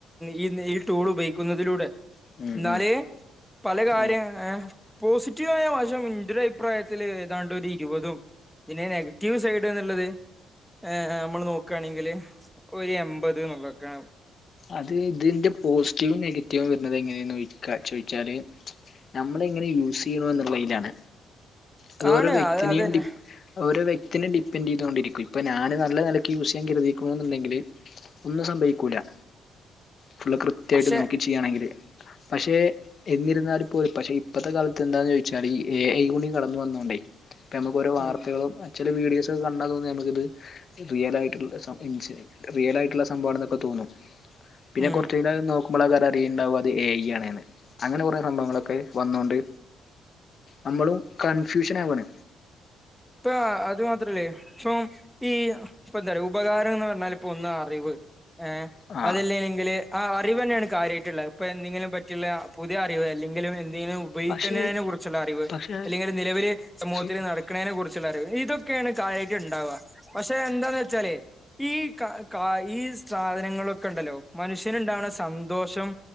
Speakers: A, in the centre; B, on the left.
A: ഈ ഈ ടൂള് ഉപയോഗിക്കുന്നാ അതിലൂടെ
B: ഉം
A: എന്നാല്
B: ഉം
A: പല കാര്യാ
B: ആ
A: യെ പോസിറ്റീവായ വശം <unintelligible> അഭിപ്രായത്തില് ഏതാണ്ട് ഒരു ഇരുപതും ഇതിന് നെഗറ്റീവ് സൈഡ്ന്ന് ഇള്ളത് യെ യെ നമ്മള് നോക്കുവാണെങ്കില് ഒരു എൻമ്പത് എന്നോള്ളക്കാ
B: അത് ഇതിന്റെ പോസിറ്റീവും നെഗറ്റീവും വെരന്നത് എങ്ങനെയന്ന് ക ചോയിച്ചാല് നമ്മള് എങ്ങനെ യൂസ് ചെയ്യണ എന്നുള്ളതിനാണ് അത് ഓരോ
A: ആണ്
B: വ്യക്തിനനെയും
A: അത് അതന്നെ
B: ഡി ഓരോ വ്യക്തിനെ ഡിപ്പെെൻഡ് ചെയ്തൊണ്ടിരിക്കും ഇപ്പോ ഞാന് നല്ലാ നെലക്ക് യുസ് ചെയ്യാൻ കരുതിക്കണേന്ന് ഇണ്ടെങ്കില് ഒന്നും സംഭവിക്ക്യുല്ലാ ഫുളള് കൃത്യായിട്ട്
A: പക്ഷെ
B: നോക്കി ചെയ്യുകയാണെങ്കില് പക്ഷേ എന്നിരുന്നാലും പോയി പക്ഷേ ഇപ്പത്തെ കാലത്ത് എന്താന്ന് ചോയിച്ചാല് ഈ ഈ എ ഐ കടന്ന് വന്നോണ്ടേ നമ്മക്ക് ഓരോ വാർത്തകളും
A: ഉം
B: അച്ചടി വീഡിയോസ് ഒക്കെ കണ്ടാ തോന്നും നമ്മക്ക് ഇത് റിയൽ ആയിട്ടുള്ള <unintelligible> റിയൽ ആയിട്ടുള്ള സംഭവാണാന്നോക്കെ തോന്നും പിന്നെ
A: ഉം
B: കോറച്ച ക നോക്കുമ്പോള് <unintelligible> അറിയുണ്ടാവ്യാ അത് എ ഐ അങ്ങനെ കൊറേ സംഭബങ്ങളൊക്കെ വന്നോണ്ട് നമ്മളും കൺഫ്യൂഷൻ ആവണ്
A: ഇപ്പ അത് മാത്രാ അല്ലാ ഇപ്പം ഈ ഇപ്പൊ എന്താ പറയോ ഉപകാരം എന്ന് പറഞ്ഞാല് ഇപ്പോ ഒന്ന് അറിവ് യെ
B: ആ
A: അത് അല്ലോങ്കില് ആഹ് അറിവ് തന്നെയാണ് കാര്യായിട്ട് ഒള്ളേ ഇപ്പേ എന്തങ്കിലും പറ്റില്ലാ പുതിയ അറിവ് അല്ലെങ്കിലും എന്തെങ്കിലും
B: പക്ഷേ
A: <unintelligible> കുറിച്ചോള്ള അറിവ്
B: പക്ഷേ
A: അല്ലെങ്കില് നിലവില് സമൂഹത്തില്
B: ഉം
A: നടക്കുന്നോതിനെ കുറി ചുള്ളാ അറിവ് ഇതൊക്കെയാണ് കാര്യായിട്ട് ഇണ്ടാവാ പക്ഷേ എന്താന്ന് വെച്ചാലോ ഈ കാ കാ ഈ സാധനങ്ങളൊക്കെ ഇണ്ടല്ലോ മനുഷ്യന് ഇണ്ടാവാണാ സന്തോഷം